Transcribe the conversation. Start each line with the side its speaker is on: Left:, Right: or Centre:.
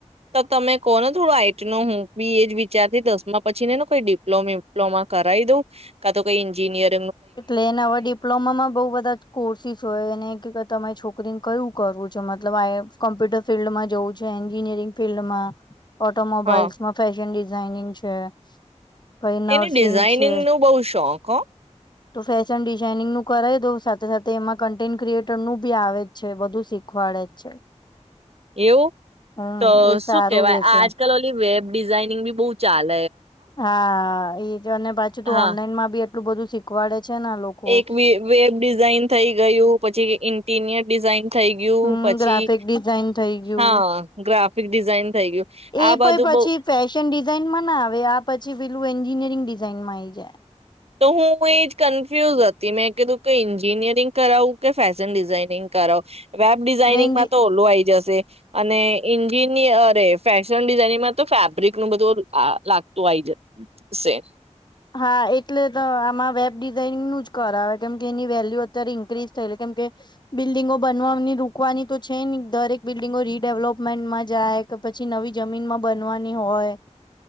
Right: તો તમે કો ને થોડો આઈટ ન હું બીએજબી ચાર થી દસમાં પછી ને કોઈ ડિપ્લોમા વિપ્લોમા કરાય દઉં કા તો કઈ એન્જિનિયર
Left: એટલે એનેવા ડિપ્લોમામાં બહુ બધા કોર્સિસ હોય એને કે તમે છોક રિને કયું કરવું છે મતલબ <unintelligible> કોમ્પ્યુટર ફિલ્ડમાં જવું છે એન્જિનિયરિંગ ફિલ્ડમાં ઓટોમોબાઇલ્સમાં
Right: હા
Left: ફેશન ડિઝ ડિઝાનિંગ છે. પહી નર્સિંગ
Right: એને ડિઝાઇનિંગ
Left: છે
Right: નું બોવ શોખ હો.
Left: ફેશન ડિઝઇનિંગ નું કરાય દો સાથે સાથે એમાં કન્ટેન્ટ ક્રિએટરનું બી આવે જ છે બધું શીખવાડે જ છે.
Right: એવું
Left: હમ
Right: તો
Left: એ
Right: શું
Left: સારું
Right: કેવાય
Left: રેશે
Right: આજકાલ ઓલી વેબ ડિઝાઇનંગ બી બોવ ચાલ
Left: હા એજ અને પાછું તું
Right: હા
Left: ઓનલાઈનમાં બી એટલ બધું શીખવાડે છે ને આ લોકો
Right: એક વે વેબ ડિઝાઇન થઈ ગયું પછી ઈન ઈનીયર ડિઝાઇન થઈ ગયું
Left: હમ્મ.
Right: પછી
Left: ગ્રાફિક ડિઝાઇન થઈ ગયું
Right: હા ગ્રાફિક ડિઝાઇન થઈ ગયું આ
Left: એ
Right: બધું
Left: પર પછી
Right: બઉ
Left: ફેશન ડિઝઇનમાં ના આવે આ પછી પેલું એન્જિનિયરિંગ ડિ ઝાઇન માં આવી જાય.
Right: તો હું એજ કન્ફ્યુઝ હતી મેં કીધું કે એન્જિનિયરિંગ કરાવું કે ફેશન ડિઝાઇનિંગ કરાવું. વેબ ડિઝાઇનિંગમાં
Left: એન્જ
Right: તો ઓલો આઈ જશે અને એન્જિનિયર અરે ફેશન ડિઝાઇનમાં તો ફેબ્રિક નું બધું આ લાગતું આઈ જશે.
Left: હા એટલે તો આમાં વેબ ડિઝાઈનિંગ નું જ કરાવે. કેમકે એની વેલ્યુ અત્યારે ઈન્ક્રીઝ થયેલી કેમકે બિલ્ડિંગો બનવાની રુકવાની તો છે ની દરેક બિલ્ડિંગો રીડેવલપમેન્ટમાં જાય કે પછી નવી જમીનમાં બનવાની હોય.